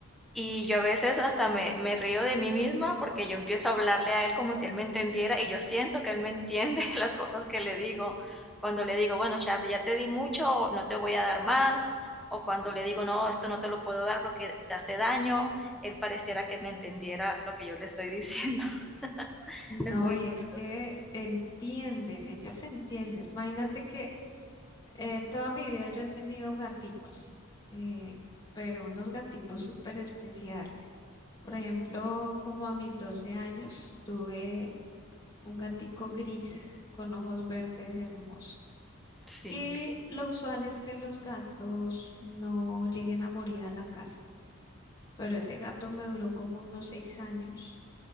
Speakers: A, in the centre; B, on the left (about 20°).
A: Y yo a veces hasta me me río de mí misma, porque yo empiezo a hablarle a él como si él me entendiera, y yo siento que él me entiende <laughs> las cosas que le digo. Cuando le digo: "Bueno, Charlie, ya te di mucho, no te voy a dar más", o cuando le digo: "No, esto no te lo puedo dar porque te hace daño", él pareciera que me entendiera lo que yo le estoy diciendo. <laughs>
B: No,
A: Es muy
B: y
A: chistoso.
B: es que entienden, ellos entienden. Imagínate que eh, toda mi vida yo he tenido gaticos, eh, pero unos gaticos súper especiales. Por ejemplo, como a mis 12 años tuve un gatico gris con ojos verdes hermoso.
A: Sí,
B: Y lo usual es que los gatos no lleguen a morir a la casa, pero ese gato me duró como unos seis años